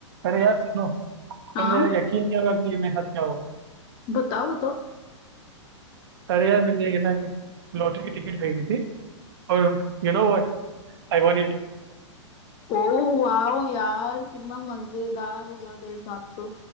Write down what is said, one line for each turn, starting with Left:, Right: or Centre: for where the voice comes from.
Right: अरे यार सुनो
Left: हाँ
Right: तो मेरा यकीन नहीं होगा कि ये मेरे साथ क्या हुआ
Left: बताओ बताओ
Right: अरे यार मैंने ये ना लॉटरी की टिकट खरीदी थी और you know what I want it
Left: ओ वाओ यार कितना मजेदार हुआ तेरे साथ तो